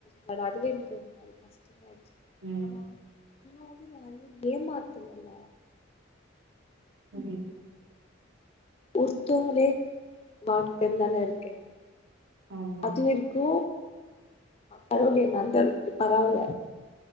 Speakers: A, on the left (about 30°); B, on the right (about 80°).
A: சோ அதுவே எனக்கு ஒரு மாரி கஷ்டமோ ஆயிடுச்சு
B: ம்.
A: ஆமா நா ஒண்ணு யாரயு ஏமாத்தலல
B: புரியுது
A: ஒருத்தோங்களே வாழ்க்கன்தான இருக்கே
B: ஆமா.
A: அதுவு கு பரவலய அந்த அளவுக்கு பரவால்ல